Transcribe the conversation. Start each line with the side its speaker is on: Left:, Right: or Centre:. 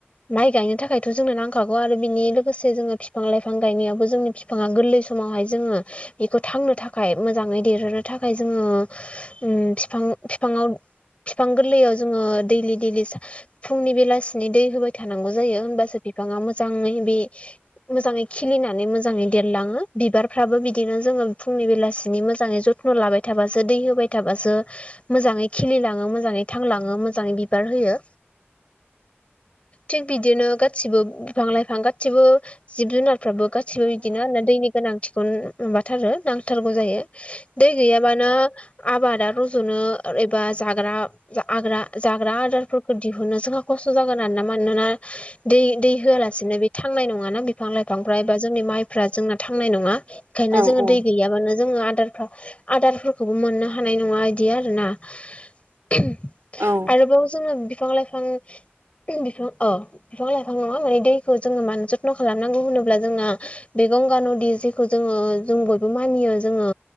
Left: माइ गायनो थाखायथ' जोंनो नांखागौ आरो बिनि लोगोसे जोङो बिफां लाइफां बिफां गायनायाबो जोंनि बिफाङा गोरलै समावहाय जोंङो बेखौ थांनो थाखाय मोजाङै देरहोनो थाखाय जोंङो। उम बिफां बिफांव बिफां गोरलैयाव जोङो दैलि दैलि फुंनि बेलासिनि दै होबाय थानांगौ जायो हबासो बिफांङा मोजाङै बे मोजाङै खिलिनानै मोजाङै देरलाङो बिबारफ्राबो बिदिनो जोंङो फुंनि बेलासिनि मोजाङै जथन' लाबाय थाबासो दै होबाय थाबासो मोजाङै खिलिलाङो मोजाङै थांलाङो मोजाङै बिबार होयो। थिग बिदिनो गासिबो बिफां लाइफां गासिबो जिब जुनारफ्राबो गा सिबो बिदिनो दैनि गोनांथिखौ माबाथारो नांथारगौ जायो। दै गैयाबानो आबादा रज'नो एबा जाग्रा आग्रा जाग्रा आदारफोरखौ दिहुनो जोंहा खस्थ' जागोन आरोना मानोना दै दै होआलासिनो बे थांनाय नंङाना बिफां लाइफां बिफांफ्रा एबा जोंनि माइफ्रा जोंना थांनाय नङा बेखायनो
Right: औ
Left: जोङो
Right: औ
Left: दै गैयाबानो जोंङो आदार आदारफोरखौबो मोननो हानाय नङा इदि आरोना <unintelligible>
Right: औ
Left: आरोबाव जोंङो बिफां लाइफां <unintelligible> बिफां औ बिफां लाइफां नङा माने दैखौ जोङो मानो जथ्न' खालामनांगौ होन अब्ला जोंना बे गंगा नदि जेखौ जोंङो जों बयबो मानियो जोंङो